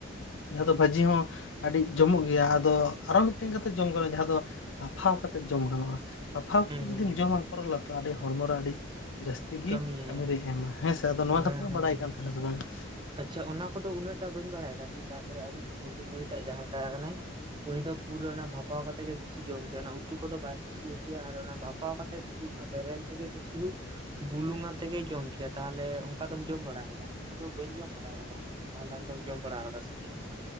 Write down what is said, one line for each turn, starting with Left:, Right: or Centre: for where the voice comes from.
Left: ᱡᱟᱦᱟᱸ ᱫᱚ ᱵᱷᱟᱹᱡᱤ ᱦᱚᱸ ᱟᱹᱰᱤ ᱡᱚᱢᱚᱜ ᱜᱮᱭᱟ ᱟᱫᱚ ᱟᱨᱚ ᱢᱤᱫᱴᱮᱱ ᱠᱟᱛᱮ ᱡᱚᱢ ᱜᱟᱲᱚ ᱡᱟᱦᱟᱸ ᱫᱚᱼᱼ ᱵᱟᱯᱷᱟᱣ ᱠᱟᱛᱮᱫ ᱡᱚᱢ ᱜᱟᱱᱚᱜᱼᱟ, ᱵᱟᱯᱷᱟᱣ ᱠᱟᱛᱮᱫ ᱡᱩᱫᱤᱢ
Right: ᱦᱮᱸ ᱦᱮᱸ
Left: ᱡᱚᱢᱟ
Right: ᱦᱮᱸ
Left: ᱠᱚᱨᱚᱞᱚᱛᱚ ᱟᱹᱰᱤ ᱦᱚᱲᱢᱚ ᱨᱮ ᱟᱹᱰᱤ ᱡᱟᱹᱥᱛᱤ ᱜᱤ
Right: ᱠᱟᱹᱢᱤᱭᱟᱭ
Left: ᱠᱟᱹᱢᱤ ᱨᱮ ᱮᱢᱟ ᱦᱮᱸᱥᱮ, ᱟᱫᱚ
Right: ᱦᱮᱸ
Left: ᱱᱚᱣᱟ
Right: ᱦᱮᱸ
Left: ᱠᱟᱛᱷᱟ ᱫᱚ
Right: ᱦᱮᱸ
Left: ᱵᱟᱰᱟᱭ ᱠᱟᱱ ᱛᱟᱦᱮᱸᱱᱟ ᱥᱮ ᱵᱟᱝᱼᱟ?
Right: ᱟᱪᱪᱷᱟ ᱚᱱᱟ ᱠᱚᱫᱚ ᱩᱱᱟᱹᱜ ᱴᱟᱜ ᱵᱟᱹᱧ ᱵᱟᱲᱟᱭ ᱠᱟᱱ ᱛᱤ ᱛᱟᱨᱯᱚᱨᱮ ᱟᱹᱞᱤᱧᱼᱤᱡ ᱫᱤᱫᱤ ᱵᱩᱲᱤ ᱴᱟᱜ ᱡᱟᱦᱟᱸ ᱛᱟᱦᱮᱸ ᱠᱟᱱᱟᱭ, ᱩᱱᱤ ᱫᱚ ᱯᱩᱨᱟᱹ ᱚᱱᱟ ᱵᱷᱟᱯᱟᱣ ᱠᱟᱛᱮ ᱜᱮ ᱵᱮᱥᱤ ᱡᱚᱢ ᱠᱮᱭᱟᱭ ᱚᱱᱟ ᱩᱛᱩ ᱠᱚᱫᱚ ᱵᱟᱭ ᱠᱩ- ᱥᱤ ᱠᱮᱭᱟ ᱟᱨ ᱚᱱᱟ ᱵᱷᱟᱯᱟᱣ ᱠᱟᱛᱮ ᱥᱩᱫᱩ ᱚᱱᱟ ᱵᱮᱨᱮᱞ ᱛᱮᱜᱮ ᱠᱚ ᱥᱩᱱᱩᱢ ᱵᱩᱞᱩᱝ ᱟᱛᱮ ᱜᱮ ᱡᱚᱢ ᱠᱮᱭᱟᱭ, ᱛᱟᱦᱮᱞᱮ ᱚᱸᱠᱟ ᱫᱚᱢ ᱡᱚᱢ ᱵᱟᱲᱟ ᱟᱠᱟᱫᱟ <unintelligible> ᱤᱧ ᱫᱚ ᱵᱟᱹᱧ ᱡᱚᱢ ᱵᱟᱲᱟ ᱟᱠᱟᱫᱟ, ᱛᱟᱦᱚᱞᱮ ᱟᱢᱫᱚᱢ ᱡᱚᱢ ᱵᱟᱲᱟ ᱟᱠᱟᱫᱟ ᱥᱮ ᱪᱮᱜ ᱚᱸᱠᱟ?